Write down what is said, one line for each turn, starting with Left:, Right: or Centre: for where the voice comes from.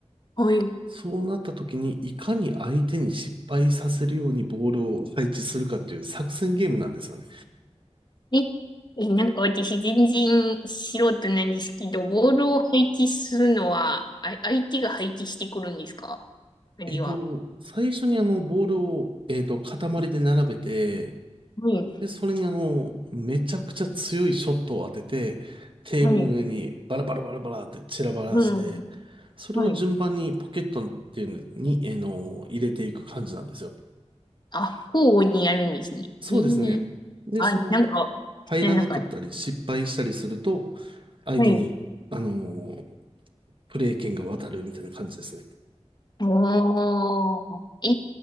Left: はい。
Right: そうなった時に、いかに相手に失敗させるようにボールを配置するかっていう作戦ゲームなんですよね。
Left: え、え、なんか私全然素人なんですけど、ボールを配置するのは、あ、相手が配置してくるんですかあるいは。
Right: えっと、最初にあの、ボールを、えっと、塊で並べて、
Left: はい、
Right: で、それにあの、めちゃくちゃ強いショットを当てて、テーブルの上にバラバラバラバラって散らばらして、
Left: はい、うん、
Right: それを順番にポケットっていうのに、
Left: はい。
Right: えーの、入れていく感じなんですよ。
Left: あ、交互にやるんですね。
Right: そうですね。
Left: ええ、
Right: で、
Left: あ、
Right: その、
Left: なんか、
Right: 入らなかったり、
Left: 知らなかった。
Right: 失敗したりすると、相手に、
Left: はい。
Right: あのープレー権が渡るみたいな感じですね。
Left: おー。え、